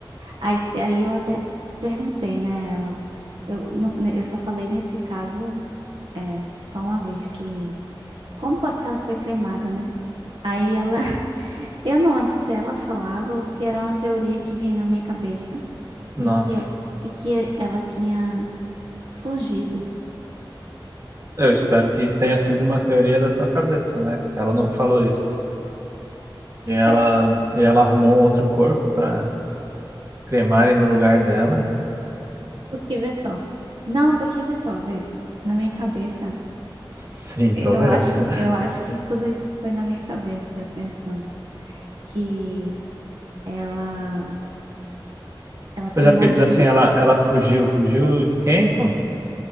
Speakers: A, on the right; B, on the right.
A: Aí, aí eu até perguntei, né, a ela. Eu, não- né, eu só falei nesse caso é, só uma vez que como pode ser ela foi cremada, né? Aí ela, <laughs> eu não lembro se ela falava ou se era uma teoria que vinha na minha cabeça
B: Nossa,
A: de que, de que ela tinha fugido.
B: eu
A: Como
B: espero
A: se-
B: que tenha sido uma teoria da tua cabeça, né? Que ela não falou isso. E ela,
A: Eu,
B: e ela arrumou um outro corpo pra cremarem no lugar dela.
A: porque vê só. Não, porque vê só, vê. Na minha cabeça,
B: Sim,
A: eu
B: tô
A: eu
B: vendo.
A: acho,
B: <laughs>
A: eu acho que tudo isso foi na minha cabeça, eu pensando que ela, ela tinha
B: Pois é,
A: morrido,
B: porque diz assim, ela, ela fugiu. Fugiu de quem, pô?